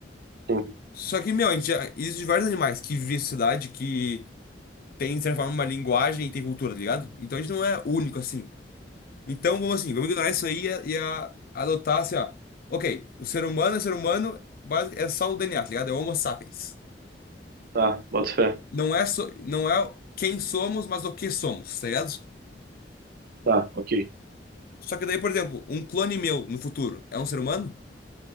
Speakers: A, on the right (about 55°); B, on the left (about 55°).
A: Sim,
B: Só que, meu, a gente já, existe vários animais que vivem em sociedade, que tem, de certa forma, uma linguagem e tem cultura, tá ligado? Então a gente não é único assim. Então, vamos assim, vamos ignorar isso aí e, a- e a- adotar assim, ó. Ok, o ser humano é ser humano, basi- é só o DNA, tá ligado? É o Homo sapiens.
A: tá, boto fé.
B: Não é, so, não é quem somos, mas o que somos, tá ligado?
A: Tá, ok.
B: Só que daí, por exemplo, um clone meu no futuro é um ser humano?